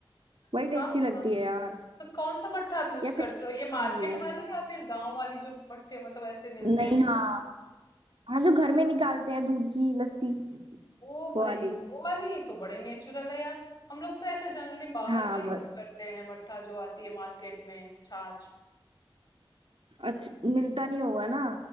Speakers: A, on the right; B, on the left.
A: वही
B: हाँ
A: टेस्टी लगती
B: हाँ
A: है यार
B: तो कौन सा मट्ठा आप यूज
A: या फिर
B: करते
A: घर
B: हो ये
A: का
B: मार्केट
A: दही हो
B: वाली या फिर गांव वाली जो मट्ठे मतलब ऐसे मिलते
A: नहीं
B: हैं वो
A: हाँ
B: वाली
A: हाँ जो घर में निकालते हैं दूध की लस्सी
B: ओ भाई
A: वो वाली
B: वो वाली तो बड़े नेचुरल है यार हम लोग तो ऐसे जनरली बाहर
A: हाँ
B: का यूज
A: बस
B: करते हैं मट्ठा जो आती है मार्केट में छाछ
A: अच्छा मिलता नहीं होगा ना